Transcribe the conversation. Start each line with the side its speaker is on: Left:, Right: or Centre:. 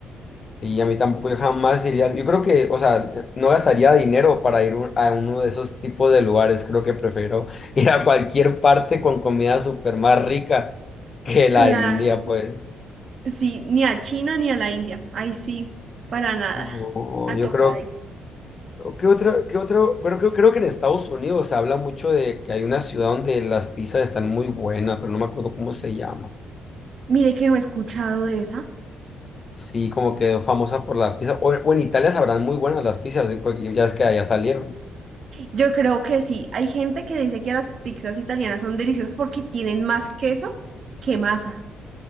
Left: Sí, a mí tampoco, yo jamás iría. Yo creo que, o sea, no gastaría dinero para ir un- a uno de esos tipos de lugares. Creo que prefiero <laughs> ir a cualquier parte con comida súper más rica que la
Right: Claro.
Left: India, pues.
Right: Sí, ni a China ni a la India. Ahí sí, para nada.
Left: No,
Right: Antojada.
Left: yo creo, ¿qué otro, qué otro? Creo, creo, creo que en Estados Unidos se habla mucho de que hay una ciudad donde las pizzas están muy buenas, pero no me acuerdo cómo se llama.
Right: Mire que no he escuchado de esa.
Left: Sí, como que famosa por las pizzas. O, o en Italia sabrán muy buenas las pizzas, sí, porque ya es que allá salieron.
Right: Yo creo que sí. Hay gente que dice que las pizzas italianas son deliciosas porque tienen más queso que masa.